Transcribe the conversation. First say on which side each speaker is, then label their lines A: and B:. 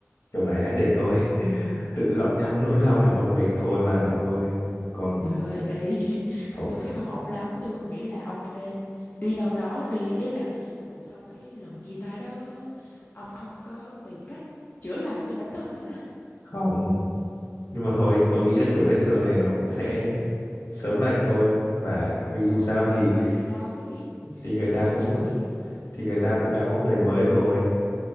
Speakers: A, on the left; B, on the left.
A: kiểu này hãy để tôi <laughs> tự gặm nhấm nỗi đau này một mình thôi bà ơi còn
B: trời ơi
A: thôi
B: ê, <laughs> tôi thấy không ổn lắm tôi nghĩ là ông nên đi đâu đó đi ý là bộ sau cái lần chia tay đó ông không có tìm cách chữa lành cho bản thân hả
A: không nhưng mà thôi tôi nghĩ là kiểu vết thương này nó cũng sẽ sớm lành thôi bà vì dù sao thì
B: trời ơi nghe đau vậy
A: thì người
B: nghe
A: ta
B: cam
A: cũng
B: chịu vậy
A: thì người ta cũng đã có người mới rồi